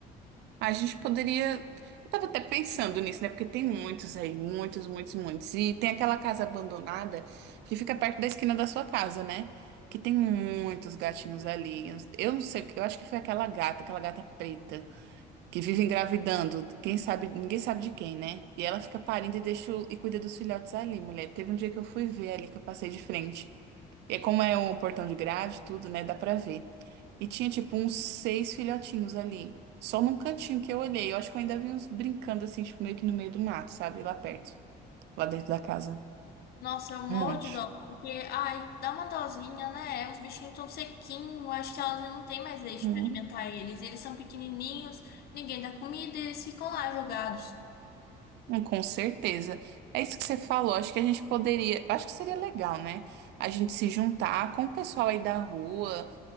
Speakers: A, on the right; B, on the left.
A: A gente poderia. Eu tava até pensando nisso, né? Porque tem muitos aí, muitos, muitos, muitos. E tem aquela casa abandonada que fica perto da esquina da sua casa, né? Que tem muitos gatinhos ali. Eu eu não sei, eu acho que foi aquela gata, aquela gata preta, que vive engravidando. Quem sabe, ninguém sabe de quem, né? E ela fica parindo e deixa o- e cuida dos filhotes ali, mulher. Teve um dia que eu fui ver ali, que eu passei de frente. E como é um portão de grade, tudo, né? Dá pra ver. E tinha, tipo, uns seis filhotinhos ali. Só num cantinho que eu olhei. Eu acho que eu ainda vi uns brincando, assim, tipo, meio que no meio do mato, sabe? Lá perto. Lá dentro da casa.
B: Nossa, eu morro
A: Um monte.
B: de dó, porque, ai, dá uma dosinha, né? Os bichinhos tão sequinhos, acho que ela já não tem mais leite
A: Uhum.
B: pra alimentar eles. Eles são pequenininhos, ninguém dá comida, eles ficam lá jogados.
A: Hum, Com certeza. É isso que você falou. Acho que a gente poderia. Acho que seria legal, né? A gente se juntar com o pessoal aí da rua.